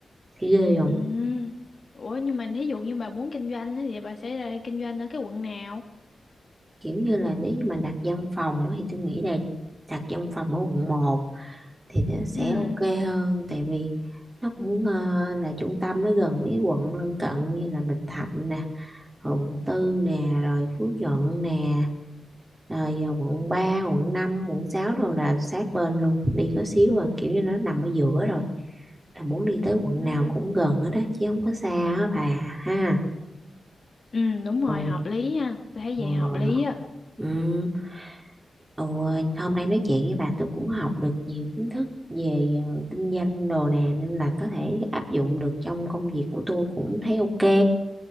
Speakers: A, on the right; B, on the left.
A: thấy ghê không
B: ừ. ủa nhưng mà thí dụ như bà muốn kinh doanh á, thì bà sẽ ra kinh doanh ở cái quận nào
A: kiểu như là nếu như mà đặt văn phòng á, thì tôi nghĩ là đặt văn phòng ở quận một thì nó sẽ
B: ừ
A: ok hơn tại vì nó cũng ờ, là trung tâm nó gần mấy quận lân cận như là Bình Thạnh nè rồi quận tư nè rồi Phú Nhuận nè rồi à, quận ba quận năm quận 6 rồi là sát bên luôn đi có xíu à kiểu như nó nằm ở giữa rồi là muốn đi tới quận Ừ.
B: À,
A: nào cũng gần hết đó chứ không có xa á bà ha
B: ừ đúng rồi
A: ừ,
B: hợp lý ha tôi thấy
A: ừ,
B: vậy hợp lý á
A: ừ. Ừ, hôm nay nói chuyện với bà tôi cũng học được nhiều kiến thức về ờ, kinh doanh đồ nè nên là có thể áp dụng được trong công việc của tôi cũng thấy ok